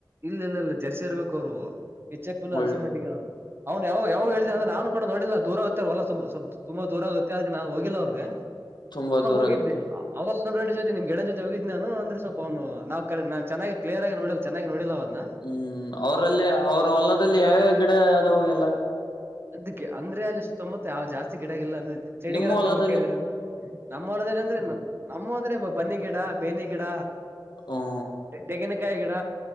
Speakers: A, on the right; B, on the left.
A: ಇಲ್ಲ ಇಲ್ಲ ಇಲ್ಲ ಜರ್ಸಿ ಇರ್ಬೇಕು ಅವ್ರು ಎಚ್ ಎಫ್ ಇಲ್ಲ
B: ಒಳ್ಳೆ
A: ಅನ್ಸಿ ಮಟ್ಟಿಗೆ ಅವ್ರು ಅವ್ನ್ ಯಾವಾಗ ಯಾವಾಗ ಹೇಳಿದ ಅಂದ್ರ ನು ಕೂಡೋಡಿಲ್ಲ ದೂರ ಆಗತ್ತಾರವಲ್ಲ ತುಂಬ ದೂರ ಆಗುತ್ತೆ ಅದ ನಾ ಹೋಗಿಲ್ಲ ಅವ್ರಿಗೆ
B: ತುಂಬಾ
A: ಅವಾಗ
B: ದೂರ
A: ಹೋಗಿದ್ದೆ
B: ಆಗುತ್ತೆ
A: ಅವಾಗ ಡ್ ಜೊ ನಿಮ್ ಗಡ ಜೊತೆ ಹೋಗಿದ್ದ ನಾನ ಅಂದ್ರೆ ಸ್ವಪ ಅವನು ನವು ನಾ ಚನ್ನಾಗಿ ಕ್ಯ ಆಗ ನೋಲ್ಲ ಚನ್ನಾಗಿ ನೋಡಿಲ್ಲ ಅವನ್ನ
B: ಹ್ಮ್ ಅವರಲ್ಲಿ ಅವ್ರ ಹೊಲದಲ್ಲಿ ಯಾವ್ಯಾವ ಗಿಡ ಆದವು ಎಲ್ಲ
A: ಅದ್ಕ್ಕೆ ಅಂದ್ರೆ ಅಲ್ಲಿ ಸುತ್ತಮುತ್ತ ಯಾವ ಜಾಸ್ತಿ ಗಿಡ ಇಲ್ಲ. ಚಳಿಗಳ
B: ನಿಮ್ಮ
A: ಅಂತಲ್ಲ
B: ಹೊಲದಲ್ಲಿ
A: ಕೇಳಿದ್ರೆ ನಮ್ಮ ಮನದಲ್ಲಿ ಅಂದ್ರೆ ಅಮ್ಮ ಅಂದ್ರೆ ಬನ್ನಿ ಗಿಡ ಬೇನಿ ಗಿಡ
B: ಹ್ಮ
A: ತೆಗಿನಕಾಯಿ ಗಿಡ.